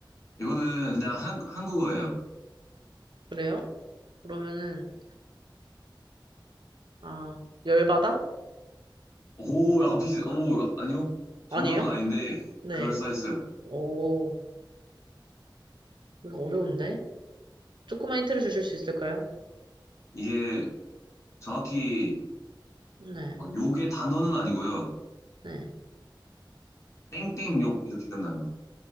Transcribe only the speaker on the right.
그래요? 그러면은, 아, 열바다?
아니에요?
네.
오, 어려운데? 조금만 힌트를 주실 수 있을까요?
네,
네.